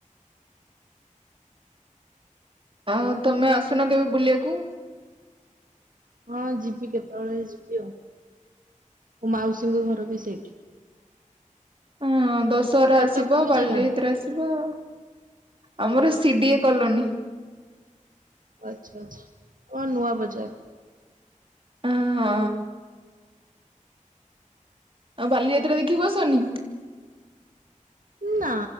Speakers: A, on the right (about 40°); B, on the right (about 80°).
A: ଆଉ ତମେ ଆସୁନ କେବେ ବୁଲିଆକୁ?
B: ହଁ ଯିବି କେତେବେଳେ ଯିବି ଆଉ ମୋ ମାଉସୀଙ୍କ ଘର ବି ସେଇଠି।
A: ହଁ ଦଶହରା
B: କଟକ
A: ଆସିବ
B: କୋଉ
A: ବାଲିଯାତ୍ରା
B: ଜାଗା
A: ଆସିବ। ଆମର ସି ଡି ଏ କଲୋନୀ।
B: ଓ ଆଚ୍ଛା ଆଚ୍ଛା ଆମର ନୂଆ ବଜାର।
A: ଓ ହଁ। ଆଉ ବାଲିଯାତ୍ରା ଦେଖିଆକୁ ଆସିବନି?
B: ନା